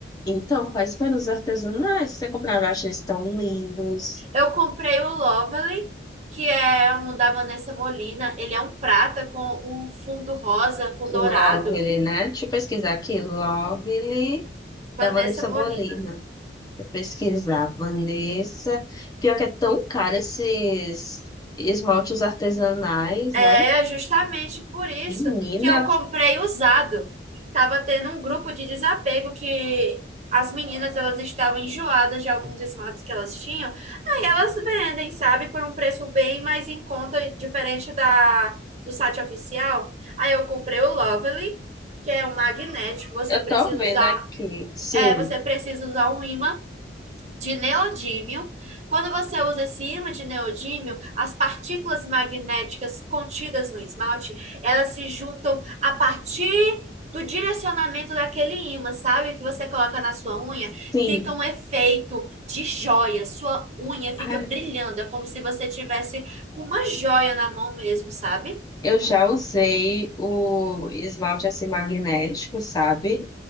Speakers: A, on the left (about 20°); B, on the right (about 40°).
A: então, quais foram os artesanais que você comprou? Eu acho eles tão lindos.
B: Eu comprei o Lovely, que é um da Vanessa Molina. Ele é um prata com um fundo rosa com dourado.
A: Lovely, né? Deixa eu pesquisar aqui. Lovely,
B: Vanessa
A: da Vanessa
B: Molina.
A: Bolina. pesquisar, Vanessa. Pior que é tão caro esses esmaltes artesanais,
B: É
A: né?
B: justamente por isso
A: Menina,
B: que eu comprei usado. Tava tendo um grupo de desapego que as meninas elas estavam enjoadas de alguns esmaltes que elas tinham. Aí elas vendem, sabe, por um preço bem mais em conta, diferente da do site oficial. Aí eu comprei o Lovely, que é um magnético. Você
A: eu
B: precisa
A: tô vendo
B: usar,
A: aqui. Sim,
B: é, você precisa usar um ímã de neodímio. Quando você usa esse ímã de neodímio, as partículas magnéticas contidas no esmalte, elas se juntam a partir do direcionamento daquele ímã, sabe? Que você coloca na sua unha,
A: sim.
B: fica um efeito de joia. Sua unha fica
A: Ai,
B: brilhando, é como se você tivesse uma joia na mão mesmo, sabe?
A: eu já usei o esmalte assim magnético, sabe?